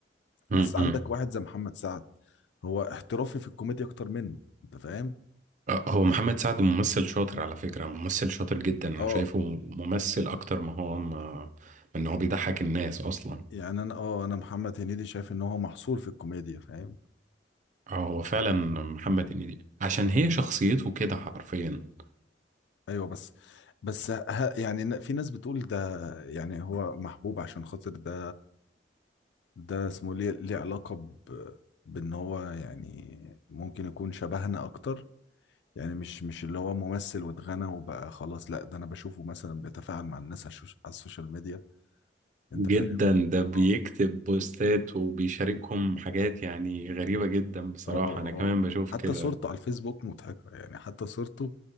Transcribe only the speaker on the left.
بس عندك واحد زي محمد سعد هو احترافي في الكوميديا اكتر منه انت فاهم
اه
يعني انا اه انا محمد هنيدي شايف ان هو محصور في الكوميديا فاهم
ايوه بس بس ه... يعني ن- في ناس بتقول ده يعني هو محبوب عشان خاطر ده ده اسمه ليه ليه علاقة ب... بان هو يعني ممكن يكون شبهنا اكتر يعني مش مش اللي هو ممثل واتغنى وبقى خلاص لا ده انا بشوفه مثلا بيتفاعل مع الناس على الشوش- على السوشيال ميديا انت
فاهم
اه
اه
اه
حتى
صورته على الفيسبوك مضحكة يعني حتى صورته